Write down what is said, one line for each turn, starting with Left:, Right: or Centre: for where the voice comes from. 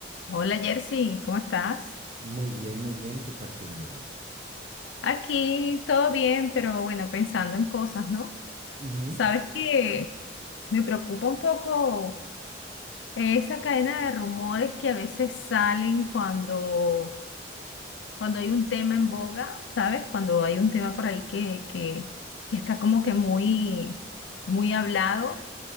Left: Hola Jersey, ¿cómo estás?
Right: Muy bien, muy bien. ¿Qué tal tú, Mary?
Left: Aquí todo bien, pero bueno, pensando en cosas, ¿no?
Right: Ujú.
Left: Sabes que me preocupa un poco esa cadena de rumores que a veces salen cuando, cuando hay un tema en boga, ¿sabes? Cuando hay un tema por ahí que, que, que está como que muy, muy hablado.